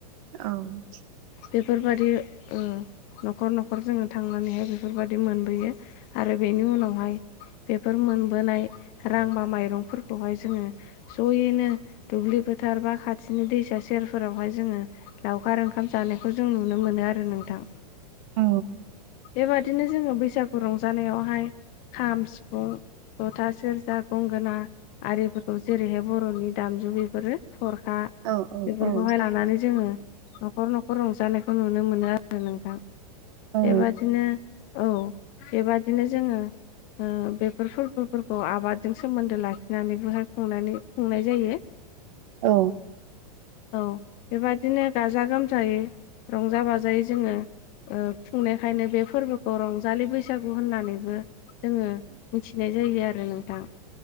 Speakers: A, on the right; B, on the left.
A: औ <unintelligible>
B: बेफोरबादि ओ न'खर न'खर जोङो थांनानैहाय बेफोरबायदि मोनबोयो आरो बेनि उनावहाय बेफोर मोनबोनाय रां बा माइरंफोरखौहाय जोङो ज'यैनो दुब्लि फोथार बा खाथिनि दैसा सेरफोरावहाय जोङो लावखार ओंखाम जानायखौ जों नुनो मोनो आरो नोंथां।
A: औ
B: बेबादिनो जोङो बैसागु रंजानायावहाय खाम सिफुं जथा सेरजा गंगोना आरिफोरखौ जेरैहाय बर'नि दामजु बेफोरो थरखा बेफोरखौहाय
A: औ औ
B: लानानै जोङो न'खर न'खर रंजानायखौ नुनो मोनो आरो नोंथां
A: नंगौ
B: बेबादिनो औ बेबादिनो जोङो ओ बेफोर फोरबोफोरखौ आबादजों सोमोन्दो लाखिनानैबोहाय खुंनानै खुंनाय जायो
A: औ
B: औ बेबायदिनो गाजा गोमजायै रंजा बाजायै जोङो ओ खुंनायखायनो बे फोरबोखौ रंजालि बैसागु होननानैबो जोङो मिथिनाय जायो आरो नोंथां